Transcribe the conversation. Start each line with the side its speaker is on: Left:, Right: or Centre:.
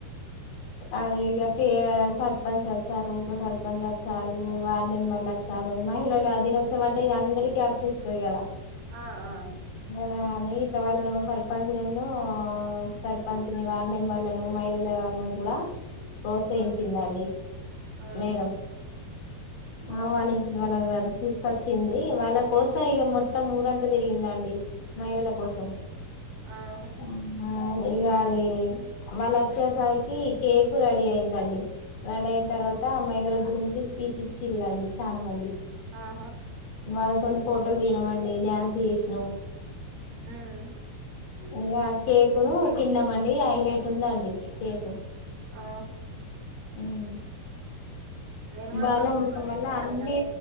Left: ఆ ఇగ పి అ సర్ పంచ్ వచ్చారు ఉప సర్ పంచ్ వచ్చారు వార్డ్ నెంబర్లు వచ్చారు మహిలల దినోసం అంటే ఇగ అందరికీ అర్ తిస్తుంది కదా
Right: ఆ ఆ
Left: కాని ఇట వాళ్ళ ను సర్ పంజును ఆ ఉప సర్ పంచ్ ని వార్డ్ నెంబర్లను మహిళల నన్ను గూడా ప్రోత్సహించిందండి
Right: ఆహా ఆహా
Left: మేడం
Right: ఆ
Left: ఆవానించిన వాల్ అందరన్ తీస్ కొచ్చింది వాళ్ళ కోసం ఇగ మొత్తం ఊరంతా తిరిగిందండి మైల కోసం
Right: ఆహా
Left: అవ్ ఆ ఇగ అది వాల్ అచ్చేసరికి కేకు రడీ అయిందండి రడయన్ తర్వాత మహిళల గురించి స్పీచ్ ఇచ్చిల్ లండి చాల మంది
Right: ఆహా
Left: వాళ్ళతోని ఫోటోలు దిగినమండి డ్యాన్స్ ఎశ్ నమ్
Right: హ్మ్
Left: ఇంగ కేకును తిన్నామండి ఐలేటు ఉందండి కేకు
Right: ఆహా
Left: హుమ్
Right: నేను కూడా
Left: బాలామృతం
Right: ఒకప్పుడు బాగా
Left: వల్ల
Right: చేసేదాన్ని
Left: అన్ని
Right: కానీ